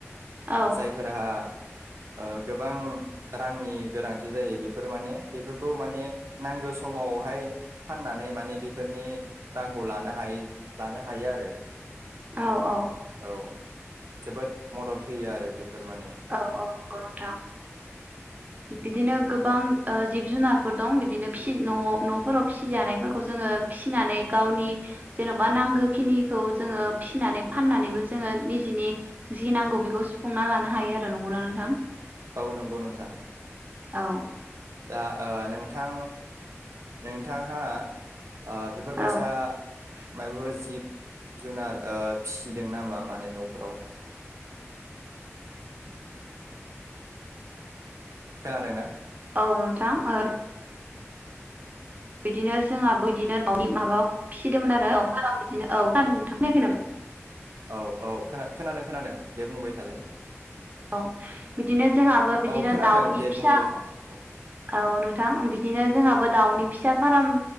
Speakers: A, on the right; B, on the right.
A: औ
B: जायफोरहा ओ गोबां रांनि गोनांथि जायो बेफोर माने बेफोरखौ माने नांगौ समावहाय फाननानै माने बेफोरनि रांखौ लानो हायो लानो हायो आरो
A: औ औ
B: औ जोबोद मदद होयो आरो बेफोर माने
A: औ औ नंगौ नोंथां बिदिनो गोबां ओ जिब जुनारफोर दं बिदिनो फिनो दङ न'फोराव फिसिजानायफोरखौ जोङो फिसिनानै गावनि जेन'बा नांगौखिनिखौ जोङो फिसिनानै फाननानैबो जोङो निजेनि जि नांगौ बेखौ सुफुंना लानो हायो आरो नोंगौना नोंथां
B: औ नंगौ नोंथां
A: औ
B: दा ओ नोंथां नोंथांहा ओ बेफोरबायसा
A: औ
B: मायाफोर जिब जुनार फिसिदों नामा माने न'फोराव खोनादोंना
A: औ नोंथां ओ बिदिनो जोंहाबो बिदिनो दाउनि माबा फिसिदोंमोन आरो औ फाराव बिदिनो औ खोनादों ना नोंथां खोनायाखै नामा?
B: औ औ खोना-खोनादों खोनादों दे बुंबाय थालाय
A: औ बिदिनो जोंहाबो बिदिनो
B: औ खोनादों
A: दाउनि
B: दे
A: फिसा
B: बुंबाय था औ
A: औ नोंथां बिदिनो जोंहाबो दाउनि फिसा फार्म